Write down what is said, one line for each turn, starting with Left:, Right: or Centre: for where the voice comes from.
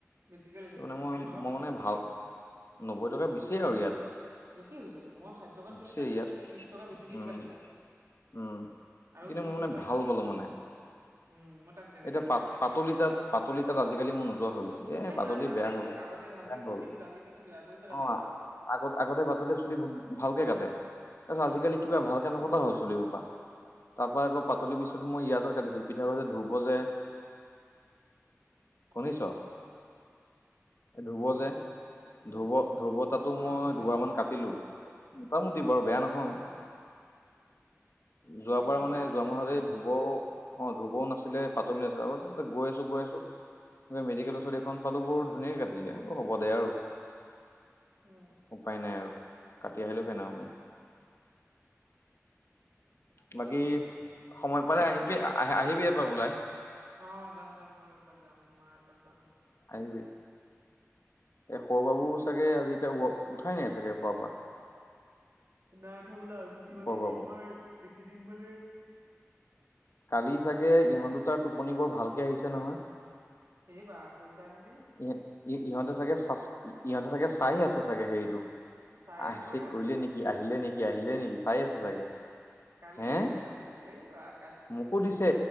Right: বেছিকে লৈছে পইচাটো
Left: মানে মই
Right: তোমাৰ পৰা
Left: মই
Right: বেছিকে
Left: মানে
Right: লৈছে।
Left: ভাল নব্বৈ টকা বেছিয়ে আৰু ইয়াত।
Right: বেছি হৈছে তো মই ষাঠি টকাত
Left: বেছি
Right: চুলি কাটিছো
Left: ইয়াত
Right: তুমি ত্ৰিশ টকা বেছিকে
Left: উম,
Right: দি কাটিছা।
Left: উম
Right: আৰু
Left: কিন্তু
Right: সি
Left: মই মানে
Right: তাক
Left: ভাল পালো মানে।
Right: উম ম তাক যেনেকে
Left: এতিয়া
Right: কওঁ
Left: পাত
Right: তেনেকেই
Left: পাতলি তাত পাতলি তাত আজিকালি মই নোযোৱা হলো
Right: এ
Left: পাতলি
Right: নাই পাতলিয়ে
Left: বেয়া হ'ল
Right: মোক আগতে ভালকে
Left: বেয়া হ'ল
Right: কৰি দিছিল আজি বেয়া কৰি পেলালে
Left: অ
Right: কিবা।
Left: আগত আগতে বাতলে চুলি ভালকে কাটে তাৰপিছত
Right: উম,
Left: আজিকালি কিবা ভালকে নকটা হ'ল চুলি সোপা তাৰ পৰা আকৌ পাতলিৰ পিছত মই ইয়াতে কাটিছিলো পিঠা প ধুপ বজে শুনিছ?
Right: অ', অ
Left: ধূৰ্ব
Right: শুনিছো
Left: যে
Right: শুনিছো
Left: ধূৰ্ব ধূৰ্ব তাতো মই
Right: অ', শুনিছো
Left: দুবাৰমান
Right: অ',
Left: কাটিলো। মোটামুটি বাৰু বেয়া নহয়।
Right: উম,
Left: যোৱাবাৰ
Right: সিও ভাল
Left: মানে
Right: কাটে
Left: যোৱা
Right: দেই।
Left: মাহতে ধুব অঁ, ধ্ৰুবও নাছিলে পাতল নাছিল আ গৈ আছো গৈ আছো মেডিকেলৰ ওচৰত এ খন পালো বৰ ধুনীয়াক কাটিলে বোলো হ'ব দে আৰু,
Right: উম,
Left: উপায় নাই আৰু কাটি আহিলেও ফেনাও নাই।
Right: সেই
Left: বাকী
Right: আৰু
Left: সময় পালে আহিবি আহ আহিবি এপাক ওলাই।
Right: অঁ, যাম যাম মই এপাক যাম তোমাৰ তাত যাম।
Left: আহিবি এ সৰু বাবু চাগে আজি এতিয়া উঠাই নাই চাগে খোৱাৰ পৰা।
Right: নাই থোৱা বোলা আজি সি মানে
Left: সৰু বাবু
Right: কি তোমাৰ এইেকেইদিন মানে
Left: কালি চাগে ইহঁত দুটাৰ টোপনি বৰ ভালকে আহিছে নহয়।
Right: এই বা কৈছাহেনে?
Left: ই ইহঁতে চাগে চ ইহঁতে চাগে চাই আছে চাগে হেৰিটো।
Right: চাই
Left: আহ
Right: আছে
Left: চে
Right: মানে
Left: কৰিলে
Right: মোক
Left: নেকি আহিলে নেকি আহিলে নেকি চাই আছে চাগে।
Right: কালি
Left: হে
Right: এ স্কিন শত দি দিলে এ বা কাল
Left: মোকো দিছে